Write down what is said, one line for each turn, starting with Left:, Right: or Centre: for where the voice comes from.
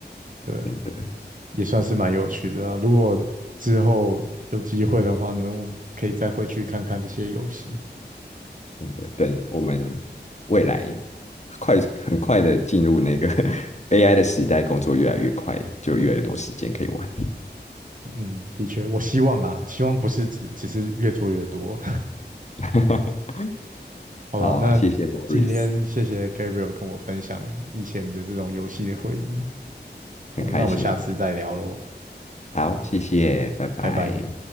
Right: 对，
Left: 真的
Right: 也算是蛮有趣的啊。如果之后有机会的话呢，我们可以再回去看看这些游戏。
Left: 真的，等我们未来快很快的进入那个 <laughs> AI 的时代，工作越来越快，就越来越多时间可以玩。
Right: 嗯，的确，我希望啦，希望不是只只是越做越多。
Left: <laughs>
Right: <laughs> 好啦，
Left: 好啊，
Right: 那今天谢谢
Left: 谢谢 Morris，
Right: Gabriel 跟我分享以前的这种游戏的回忆。好，
Left: 很开心。
Right: 那我们下次再聊喽，
Left: 好，谢谢，拜拜。
Right: 拜拜。